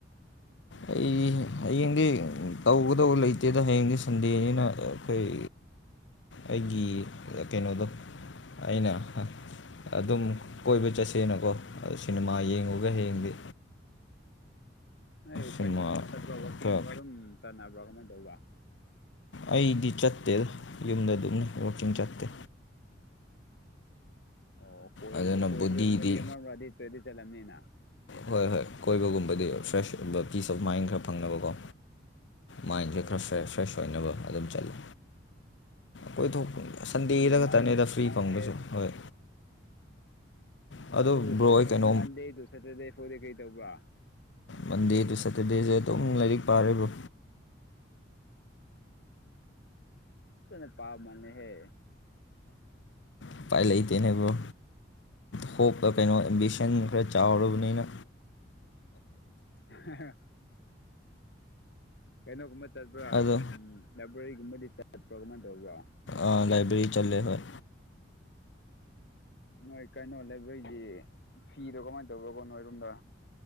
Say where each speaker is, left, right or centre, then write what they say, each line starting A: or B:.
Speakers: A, on the left; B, on the left.
A: ꯑꯩ ꯍꯌꯦꯡꯗꯤ ꯇꯧꯒꯗꯧꯕ ꯂꯩꯇꯦꯗ ꯍꯌꯦꯡꯗꯤ ꯁꯟꯗꯦꯅꯤꯅ ꯀꯩ ꯑꯩꯒꯤ ꯀꯩꯅꯣꯗꯣ ꯑꯩꯅ ꯑꯗꯨꯝ ꯀꯣꯏꯕ ꯆꯠꯁꯦꯅꯀꯣ ꯁꯤꯅꯦꯃꯥ ꯌꯦꯡꯉꯨꯒꯦ ꯍꯌꯦꯡꯗꯤ
B: ꯅꯣꯢ
A: ꯁꯤꯅꯦꯃꯥ
B: ꯀꯩꯅꯣꯒꯨꯝꯕ ꯆꯠꯄ꯭ꯔꯥ ꯋꯥꯛꯀꯤꯡꯒꯨꯝꯕ
A: ꯈꯔ
B: ꯑꯗꯨꯝ ꯆꯥꯟꯅꯕ꯭ꯔꯥ ꯀꯃꯥꯏꯅ ꯇꯧꯕ꯭ꯔꯥ
A: ꯑꯩꯗꯤ ꯆꯠꯇꯦꯗ ꯌꯨꯝꯗ ꯑꯗꯨꯝ ꯋꯥꯛꯀꯤꯡ ꯆꯠꯇꯦ
B: ꯑꯣ ꯀꯣꯏ
A: ꯑꯗꯨꯅ
B: ꯀꯣꯏꯕꯒꯨꯝꯕꯗꯤ
A: ꯕꯣꯗꯤꯗꯤ
B: ꯑꯃꯗꯤ ꯆꯠꯂꯝꯅꯤꯅ
A: ꯍꯣꯏ ꯍꯣꯏ ꯀꯣꯏꯕꯒꯨꯝꯕꯗꯤ ꯐ꯭ꯔꯦꯁꯨꯝꯕ ꯄꯤꯁ ꯑꯣꯐ ꯃꯥꯏꯟ ꯈꯔ ꯐꯪꯅꯕꯀꯣ ꯃꯥꯏꯟꯁꯦ
B: ꯍꯣꯏ
A: ꯈꯔ
B: ꯍꯣꯏ
A: ꯐꯦꯁ ꯐ꯭ꯔꯦꯁ ꯑꯣꯏꯅꯕ ꯑꯗꯨꯝ ꯆꯠꯂꯦ ꯀꯣꯏ ꯊꯣꯛꯄ ꯁꯟꯗꯦꯗ
B: ꯑꯗꯨꯅꯤ ꯃꯥꯏꯟ
A: ꯈꯛꯇꯅꯦꯗ ꯐ꯭ꯔꯤ
B: ꯃꯥꯏꯟ
A: ꯐꯪꯕꯁꯨ
B: ꯐ꯭ꯔꯦꯁ
A: ꯍꯣꯏ ꯑꯗꯣ
B: ꯑꯗꯨ
A: ꯕ꯭ꯔꯣ ꯑꯩ
B: ꯑ
A: ꯀꯩꯅꯣ
B: ꯃꯟꯗꯦꯗꯨ ꯁꯦꯇꯔꯗꯦ ꯐꯥꯎꯗꯤ ꯀꯩ ꯇꯧꯕ꯭ꯔꯥ
A: ꯃꯟꯗꯦ ꯇꯨ ꯁꯦꯇꯔꯗꯦꯁꯦ ꯑꯗꯨꯝ ꯂꯥꯏꯔꯤꯛ ꯄꯥꯔꯤꯕ꯭ꯔꯣ
B: ꯀꯟꯅ ꯄꯥ ꯃꯟꯂꯦ ꯍꯦ
A: ꯎꯄꯥꯏ ꯂꯩꯇꯦꯅꯦ ꯕ꯭ꯔꯣ ꯍꯣꯞ ꯀꯩꯅꯣ ꯑꯦꯝꯕꯤꯁꯟ ꯈꯔ ꯆꯥꯎꯔꯕꯅꯤꯅ
B: <unintelligible> ꯀꯩꯅꯣꯒꯨꯝꯕ ꯆꯠꯄ꯭ꯔꯥ
A: ꯑꯗꯣ
B: ꯎꯝ ꯂꯥꯏꯕ꯭ꯔꯤꯒꯨꯝꯕꯗꯤ ꯆꯠꯄ꯭ꯔꯣ ꯀꯃꯥꯏꯟ ꯇꯧꯕ꯭ꯔꯣ
A: ꯑ ꯂꯥꯏꯕꯦꯔꯤ ꯆꯠꯂꯦ ꯍꯣꯏ
B: ꯅꯣꯏ ꯀꯩꯅꯣ ꯂꯩꯕ꯭ꯔꯦꯔꯤꯗꯤ ꯐꯤꯗꯣ ꯀꯃꯥꯏꯅ ꯇꯧꯕ꯭ꯔꯥ ꯀꯣ ꯅꯣꯏꯔꯣꯝꯗ